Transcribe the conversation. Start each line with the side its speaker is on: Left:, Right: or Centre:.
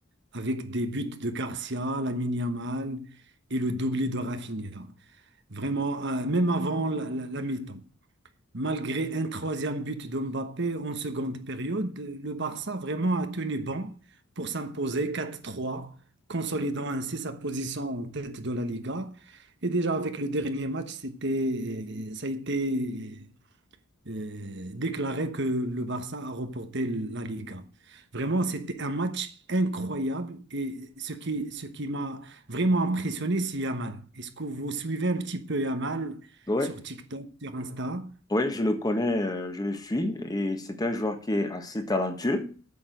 Right: avec des buts de Garcia, Lamine Yamal et le doublé de Rafinha. Vraiment, euh, même avant la, la- la mi-temps. Malgré un troisième but de Mbappé en seconde période, le Barça vraiment a tenu bon pour s'imposer quatre trois, consolidant ainsi sa position en tête de la Liga. Et déjà avec le dernier match, c'était, euh, ça a été euh, déclarait que le Barça a remporté la Liga. Vraiment, c'était un match incroyable et ce qui, ce qui m'a vraiment impressionné, c'est Yamal. Est-ce que vous suivez un petit peu Yamal
Left: ouais,
Right: sur TikTok, sur Insta?
Left: ouais, je le connais, euh, je le suis et c'est un joueur qui est assez talentueux.